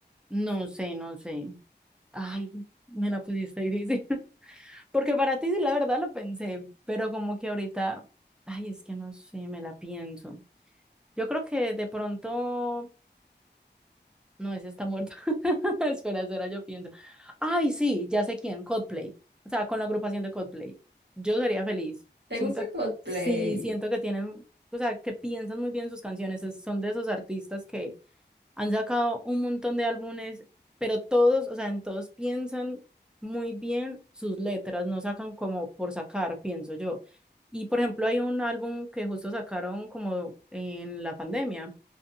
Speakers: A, in the centre; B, on the right.
A: no sé, no sé. Ay, me la pusiste difícil. Porque para ti sí, la verdad lo pensé, pero como que ahorita, ay, es que no sé, me la pienso. Yo creo que de pronto, no, ese está muerto. <laughs> Espera, espera, yo pienso. Ay, sí, ya sé quién, Coldplay. O sea, con la agrupación de Coldplay. Yo sería feliz.
B: ¿Te
A: Siento,
B: gusta Coldplay?
A: sí, siento que tienen, o sea, que piensan muy bien sus canciones. es- Son de esos artistas que han sacado un montón de álbumes, pero todos, o sea, en todos piensan muy bien sus letras, no sacan como por sacar, pienso yo. Y por ejemplo, hay un álbum que justo sacaron como en la pandemia,